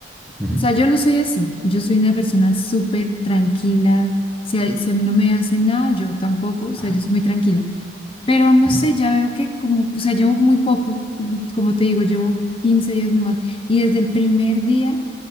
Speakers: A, on the left; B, in the centre.
A: O
B: Ujú,
A: sea, yo no soy así, yo soy una persona súper tranquila. Si a, si a mí no me hace nada, yo tampoco, o sea,
B: Ajá,
A: yo soy muy tranquila. Pero no
B: ujú,
A: sé, ya veo que como, o sea, llevo muy poco, como te digo, llevo 15 días nomás. Y desde el primer día